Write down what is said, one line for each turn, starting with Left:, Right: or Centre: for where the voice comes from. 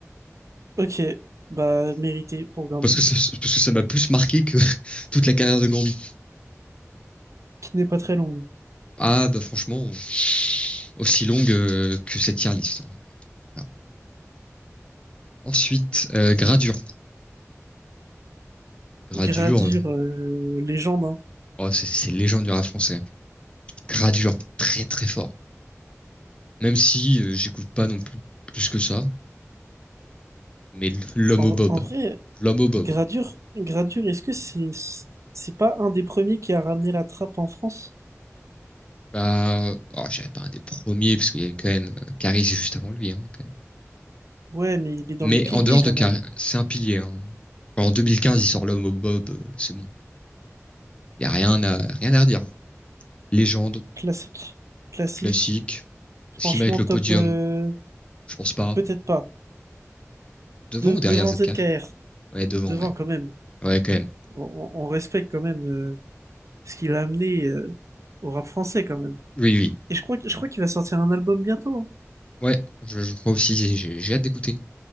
Right: Ok, bah mérité pour Gambi,
Left: Parce que ça, parce que ça m'a plus marqué que <laughs> toute la carrière de Gambi.
Right: qui n'est pas très longue.
Left: Ah, bah, franchement, aussi longue, euh, que cette tier list. hein. Voilà. Ensuite, euh, Gradure. Gradure,
Right: Gradure,
Left: euh,
Right: euh, légende. hein.
Left: oh, c'est c'est une légende du rap français. hein. gradure très très fort. Même si euh, j'écoute pas non plus plus que ça, mais l'homme
Right: En,
Left: au bob,
Right: en vrai,
Left: l'homme au bob.
Right: Gradure, Gradure, est-ce que c'est c'est pas un des premiers qui a ramené la trappe en France?
Left: Bah, oh, j'avais pas un des premiers parce qu'il y a eu quand même euh, Caris juste avant lui, hein, quand même.
Right: Ouais, mais il est dans
Left: Mais
Right: les piliers
Left: en dehors
Right: quand
Left: de Caris,
Right: même.
Left: c'est un pilier. hein. En 2015, il sort l'homme au bob, euh, c'est bon. Y a rien à rien à redire. Légende
Right: Classique, classique.
Left: classique.
Right: Franchement,
Left: Est-ce qu'il mérite le
Right: top,
Left: podium?
Right: euh,
Left: Je pense pas.
Right: peut-être pas.
Left: Devant
Right: De-
Left: ou
Right: devant
Left: derrière ZK?
Right: ZKR,
Left: Ouais, devant,
Right: devant
Left: ouais.
Right: quand même.
Left: Ouais, quand même.
Right: on, on- on respecte quand même euh, ce qu'il a amené euh, au rap français quand même.
Left: Oui, oui.
Right: Et je crois, que- je crois qu'il va sortir un album bientôt.
Left: Ouais, je, je crois aussi. J'ai j'ai hâte d'écouter